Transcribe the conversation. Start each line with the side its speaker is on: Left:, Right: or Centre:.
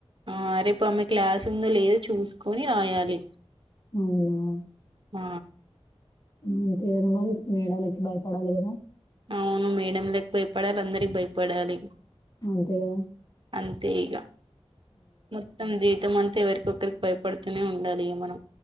Right: ఆ రేపు ఆమె క్లాస్ ఉందో లేదో చూసుకొని రాయాలి
Left: అవునా
Right: ఆ
Left: అంతే కదా మరి మేడాలకి భయపడాలి కదా
Right: అవును మేడం తప్ప ఇప్పడాలు అందరికి భయపడాలి
Left: అంతే కదా
Right: అంతే ఇగ మొత్తం జీవితం అన్ తే ఎవరికొకరికి భయపడుతూనే ఉండాలి ఇగ మనం